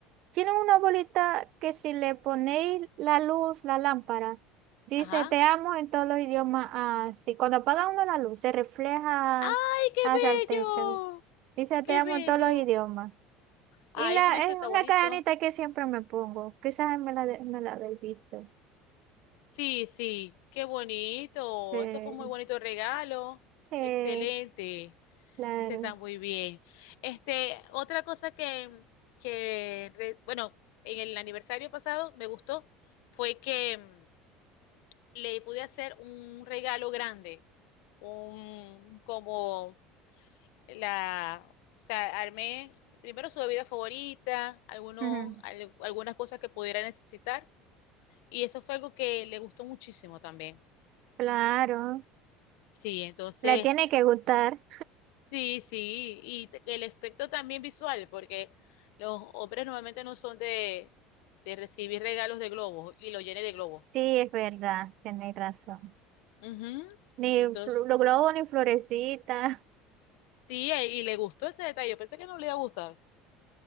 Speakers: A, on the right; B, on the left.
A: tienen una bolita que si le ponéis la luz, la lámpara, dice
B: Ajá.
A: te amo en todos los idiomas, así. Cuando apaga uno la luz, se refleja
B: ¡Ay, qué
A: hacia
B: bello!
A: el techo. Dice
B: ¡Qué
A: te amo
B: bello!
A: en todos los idiomas.
B: Ay,
A: Y la,
B: pero eso
A: es
B: está
A: una
B: bonito.
A: cadenita que siempre me pongo. Quizás me la, de- me la habéis visto.
B: Sí, sí, qué bonito.
A: Sí,
B: Eso fue un muy bonito regalo.
A: sí,
B: Excelente.
A: claro.
B: Ese está muy bien. Este, otra cosa que, que re- bueno, en el aniversario pasado me gustó fue que mm, le pude hacer un regalo grande, un como la, o sea, armé primero su bebida favorita, algunos,
A: Ujú.
B: al- algunas cosas que pudiera necesitar, y eso fue algo que le gustó muchísimo también.
A: Claro,
B: Sí, entonces
A: le tiene que gustar.
B: Sí, sí, y t- el aspecto también visual, porque los hombres normalmente no son de, de recibir regalos de globos y lo llene de globos.
A: Sí, es verdad, tenéis razón.
B: Ujú.
A: Ni
B: Entonces,
A: flu- los globos ni florecitas.
B: sí, eh, y le gustó ese detalle. Yo pensé que no le iba a gustar.